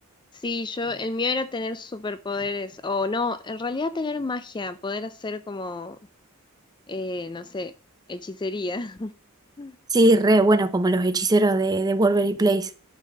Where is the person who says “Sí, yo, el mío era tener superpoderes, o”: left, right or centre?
Left